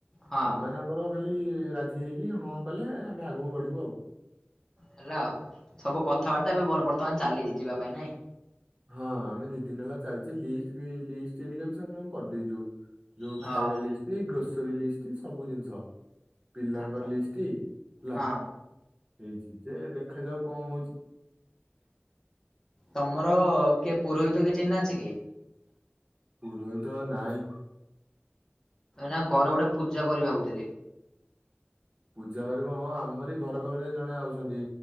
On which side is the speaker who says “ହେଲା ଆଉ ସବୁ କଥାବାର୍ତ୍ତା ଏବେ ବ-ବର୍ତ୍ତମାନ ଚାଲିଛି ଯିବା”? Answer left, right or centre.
Left